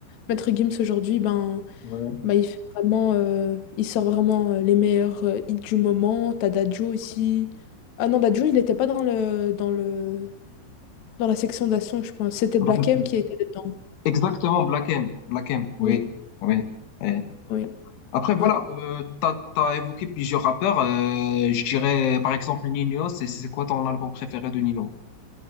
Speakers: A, on the left (about 60°); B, on the left (about 80°).
A: Maître Gims aujourd'hui, ben,
B: ouais.
A: ben, il fait vraiment, euh, il sort vraiment euh, les meilleurs euh, hits du moment. T'as Dadju aussi.
B: <laughs> Je
A: Ah non, Dadju, il n'était pas dans le, dans le, dans la section d'action, je pense. C'était Black
B: me rappelle plus.
A: M qui était dedans.
B: Exactement, Black M. Black M, oui.
A: Oui,
B: Oui. Eh.
A: oui,
B: Après, voilà,
A: ouais.
B: euh, t'as, t'as évoqué plusieurs rappeurs. euh, je dirais, par exemple, Nino. C'est c'est quoi ton album préféré de Nino?